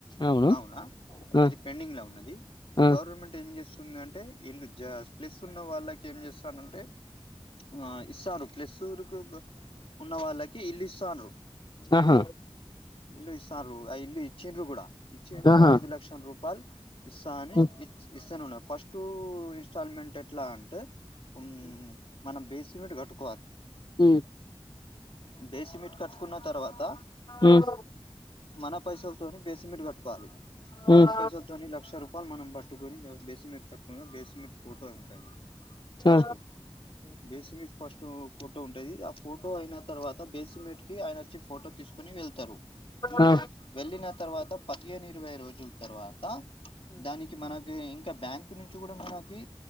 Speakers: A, on the left; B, on the left.
A: అవును
B: కావునా
A: ఆ
B: అది పెండింగ్ల ఉన్నది,
A: ఆ
B: గవర్నమెంట్ ఏం చేస్తు స్తుంది అంటే. వీళ్ళు జ స్ ప్లెస్ ఉన్న వాళ్ళకి ఏం చేస్తర్రు అంటే ఆ ఇస్తారు ప్లెస్సు <inaudible> ఉన్న వాళ్ళకి ఇల్లు ఇస్తారు.
A: ఆహా
B: ఇల్లు ఇస్తారు ఇల్లు ఇచ్చిండ్రు కూడా. ఇచ్చిర్రు
A: ఆహా
B: ఐదు లక్షల రూపాయలు ఇస్తా అని
A: ఉ
B: ఇస్తను న ఫస్ట్ ఇన్స్టాల్మెంట్ ఎట్లా అంటే ఉన్ మనం బేసిమెంట్ కట్టు
A: హ్మ
B: బేసిమెట్ కట్టుకున్న తర్వాత,
A: ఉమ్
B: మన పైసలతోని బేసిమెట్ కట్టుకోవాలి.
A: ఉమ్
B: మన పైసలతోని లక్ష రూపాయలు మనం పట్టుకొని బేసిమెట్ కట్టుకున్న, బేసిమెట్ ఫోటో ఉంటది.
A: ఆ
B: ఫస్టు.
A: ఆ
B: బేసిమెట్ ఫస్టూ ఫోటో ఉంటది, ఆ ఫోటో అయినా తర్వాత బేసిమెట్ కీ ఆయన అచ్చి ఫోటో తీసుకొని వెళ్తరు. ఉమ్
A: ఆ ఆ
B: వెళ్ళిన తర్వాత పదిహేని ఇరువై రోజు జుల్ తర్వాతా. దానికి మనకీ ఇంకా బ్యాం కు నుంచి కూడా మనకీ,